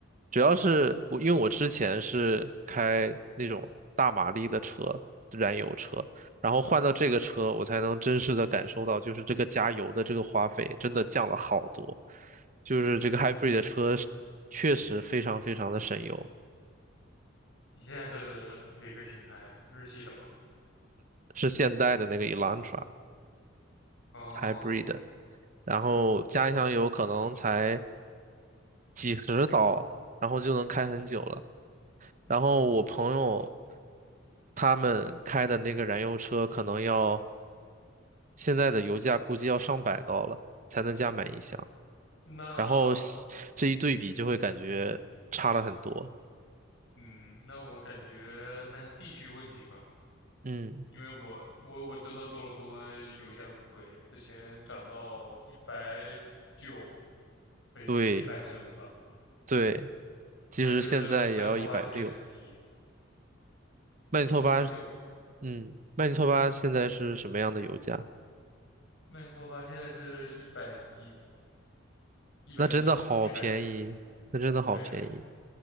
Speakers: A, on the right; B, on the left.
A: 主要是我，因为我之前是开那种大马力的车，燃油车，然后换到这个车，我才能真实的感受到，就是这个加油的这个花费真的降了好多，就是这个 hybrid 的车是确实非常非常的省油，
B: 你现在是哪个品牌的？日系的吗？
A: 是现代的那个 Elantra
B: 哦，
A: hybrid，然后加一箱油可能才几十刀，然后就能开很久了。然后我朋友他们开的那个燃油车可能要。现在的油价估计要上百刀了才能加满一箱，
B: 那
A: 然后西这一对比就会感觉差了很多。
B: 嗯，那我感觉那还是地区问题吧，
A: 嗯，
B: 因为我我我知道多伦多油价很贵，之前涨到一百九每每百升吧，
A: 对对，其实现在也要一百六。
B: 但是曼尼托巴这边很低，
A: 曼尼托巴，
B: 那一百六
A: 嗯，曼尼托巴现在是什么样的油价？
B: 一百，曼尼托巴现在是一百一一百一每百升，
A: 那真的好便宜，那真的好便宜，
B: 对呀、